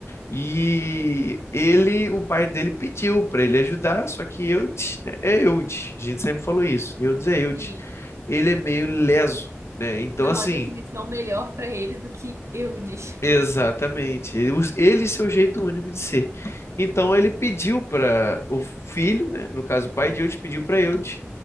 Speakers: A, on the left (about 65°); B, on the right (about 75°).
A: E ele, o pai dele pediu para ele ajudar, só que Eudes, né, é Eudes, a gente sempre falou isso, Eudes é Eudes.
B: Sim.
A: Ele é meio leso, né? Então
B: Não
A: assim,
B: há definição melhor para ele do que eu Eudes.
A: Exatamente. Ele, os- ele e seu jeito único de ser. Então ele pediu para o filho, né, no caso o pai de Eudes, pediu para Eudes